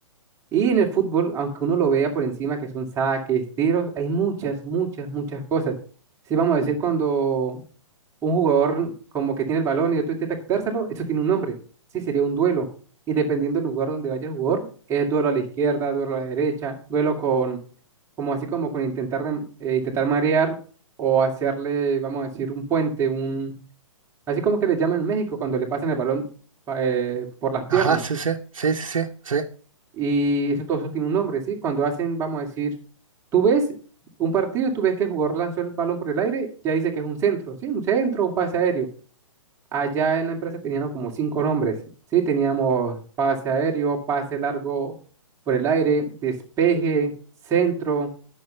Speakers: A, on the right; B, on the right.
A: Y en el fútbol, aunque uno lo vea por encima, que son saques, tiros, hay muchas, muchas, muchas cosas. Sí, vamos a decir, cuando un jugador como que tiene el balón y otro intenta quitárselo, eso tiene un nombre. Sí, sería un duelo. Y dependiendo del lugar donde vaya el jugador, es duelo a la izquierda, duelo a la derecha, duelo con, como así como con intentar, rem- eh, intentar marear o hacerle, vamos a decir, un puente, un, así como que le llaman en México cuando le pasan el balón pa- eh, por las piernas.
B: Ajá, sí, sí, sí, sí, sí. sí.
A: Y eso todo eso tiene un nombre, ¿sí? Cuando hacen, vamos a decir, tú ves un partido y tú ves que el jugador lanzó el balón por el aire, ya dice que es un centro, ¿sí? Un centro, un pase aéreo Allá en la empresa teníamos como cinco nombres, ¿sí? Teníamos pase aéreo, pase largo por el aire, despeje, centro,